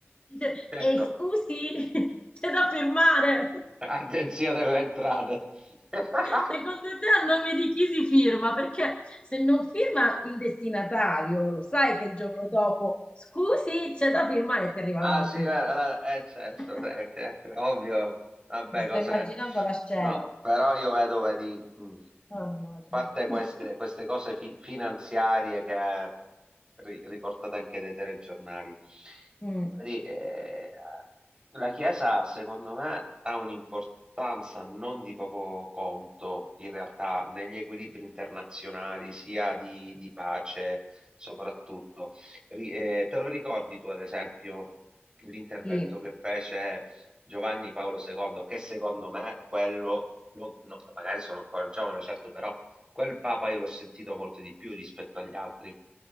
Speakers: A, on the left; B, on the right.
A: dice,
B: certo.
A: e scusi, <laughs> c'è da firmare.
B: Agenzia delle entrate. <laughs>
A: Secondo te a nome di chi si firma? Perché se non firma il destinatario, lo sai che il giorno dopo, scusi, c'è da firmare e ti arriva
B: Ah
A: la notifica.
B: sì, la- la- eh, certo,
A: <laughs>
B: eh, eh, ovvio, vabbè,
A: Mi sto
B: cos'è?
A: immaginando la scena.
B: No, però io vedo, vedi, mh, a
A: Mannaggia.
B: parte queste,
A: <laughs>
B: queste cose fi- finanziarie che ri- riportate anche dai telegiornali,
A: Mm,
B: vedi, eh, la Chiesa, secondo me, ha un'importanza non di poco conto, in realtà, negli equilibri internazionali, sia di, di pace, soprattutto. Ri- eh, te lo ricordi tu, ad esempio, l'intervento
A: sì.
B: che fece Giovanni Paolo II, che secondo me quello, no- no, magari sono ancora giovane, certo, però quel Papa io l'ho sentito molto di più rispetto agli altri.